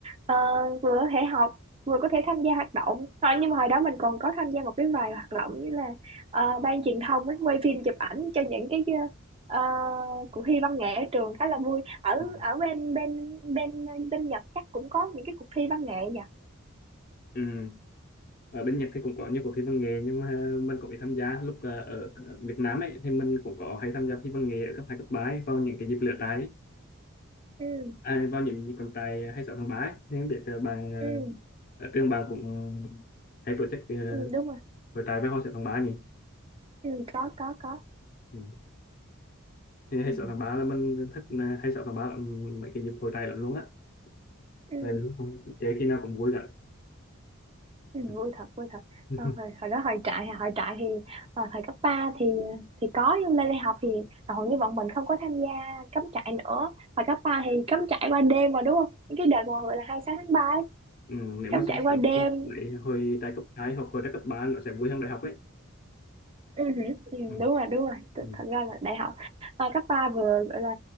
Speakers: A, on the right; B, on the left.
A: Ờ, vừa có thể học vừa có thể tham gia hoạt động thôi nhưng mà hồi đó mình còn có tham gia một cái vài hoạt động như là ờ, ban truyền thông ấy, quay phim chụp ảnh cho những cái ờ, Ờ, cuộc thi văn nghệ ở trường khá là vui ở
B: Ừ.
A: ở bên bên bên bên Nhật chắc cũng có những cái cuộc thi văn nghệ nhỉ
B: Ừ. Ở bên Nhật thì cũng có nhiều cuộc thi văn nghệ nhưng mà mình cũng ít tham gia lúc ờ, ở ờ, Việt Nam ấy thì mình cũng có hay tham gia thi văn nghệ ở cấp hai cấp ba ấy, vào những cái dịp lễ trái ấy.
A: ừ
B: À, vào những dịp trọng tài 26 tháng 3 ấy. Thì không biết ờ, bạn
A: ừ
B: ờ, ở trường bạn cũng hay tổ chức ờ,
A: ừ đúng rồi
B: hội trại với hội sẽ tháng 3 nhỉ
A: ừ có có có
B: Ừ. thì hay
A: ừ
B: sợ thằng ba là mình thích à, hay sợ thằng ba là mấy cái dịp hồi tay lắm luôn á
A: ừ,
B: tại lúc không chơi khi nào cũng vui cả
A: ừ
B: ừ.
A: vui thật vui thật
B: <laughs>
A: Ờ, hồi, hồi đó hồi trại hồi trại thì ờ, thời cấp 3 thì thì có nhưng lên đại học thì ờ, hầu như bọn mình không có tham gia cắm trại nữa hồi cấp 3 thì cắm trại qua đêm mà đúng không những cái đợt mà gọi là 26 tháng 3 ấy,
B: Ừ, nếu
A: cắm
B: mà so
A: trại qua
B: sánh
A: đêm
B: lại hồi đại cấp 2 hoặc hồi đại cấp 3 nó sẽ vui hơn đại học ấy
A: Ừ, hử, ừ,
B: ừ.
A: đúng rồi đúng rồi Th-
B: Ừ.
A: thật ra là đại học à, cấp ba vừa gọi là